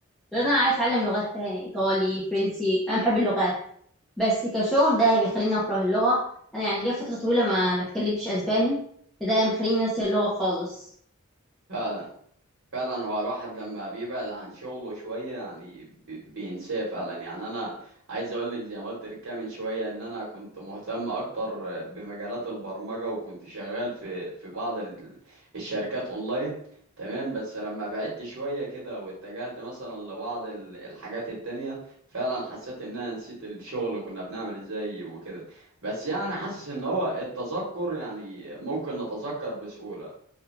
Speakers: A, in the centre; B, on the right (about 70°).
A: غير إن أنا عايز أتعلم لغات تاني إيطالي فرنسي أنا بحب اللغات بس كشغل ده بيخليني أكره اللغة أنا يعني ليا فترة طويلة ما ما اتكلمتش أسباني فده مخليني ناسية اللغة خالص
B: فعلا فعلا هو الواحد لما بيبعد عن شغله شوية يعني بي- بينساه فعلا يعني أنا عايز أقول لك زي ما قلت لك كده من شوية إن أنا كنت مهتم أكتر بمجالات البرمجة وكنت شغال في في بعض ال- الشركات أونلاين تمام بس لما بعدت شوية كده واتجهت مثلا لبعض ال- الحاجات التانية فعلا حسيت إن أنا نسيت الشغل كنا بنعمل إزاي وكده بس يعني حاسس إن هو التذكر يعني ممكن نتذكر بسهولة